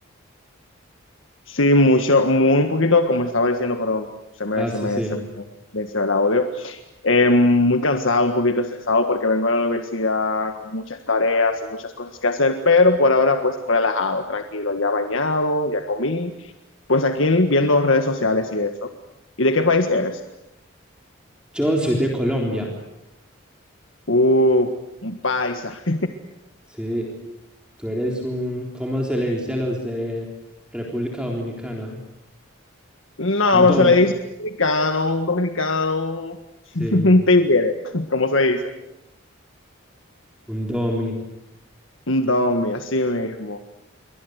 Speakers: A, on the left; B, in the centre.
A: Sí, mucho, muy un poquito, como estaba diciendo, perdón, se me,
B: Ah,
A: se
B: sí,
A: me,
B: sí.
A: se me venció el audio. Eh, muy cansado, un poquito estresado porque vengo a la universidad con muchas tareas y muchas cosas que hacer, pero por ahora pues relajado, tranquilo, ya bañado, ya comí, pues aquí viendo redes sociales y eso. ¿Y de qué país eres?
B: Yo soy de Colombia.
A: Uh, un paisa. <laughs>
B: Sí, tú eres un, ¿cómo se le dice a los de República Dominicana?
A: No,
B: Un
A: pues
B: dom.
A: se le dice dominicano, un dominicano, <laughs>
B: Sí,
A: un tigre, como se dice.
B: un domi.
A: Un domi, así mismo.